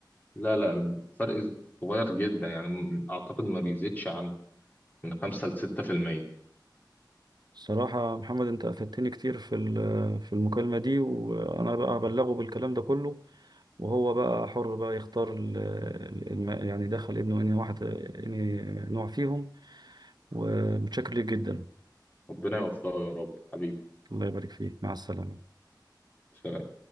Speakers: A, on the left (about 25°); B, on the right (about 60°).
A: لا لا فرق صغير جدا يعني م- اعتقد ما بيزيدش عن من 5 ل 6%
B: صراحة محمد أنت أفدتني كتير في ال- في المكالمة دي وأنا بقى هبلغه بالكلام ده كله وهو بقى حر بقى يختار ال- الم- يعني دخل ابنه أنهي واحد أنهي نوع فيهم ومتشكر ليك جدا
A: ربنا يوفقه يا رب حبيبي
B: الله يبارك فيك مع السلامة
A: سلام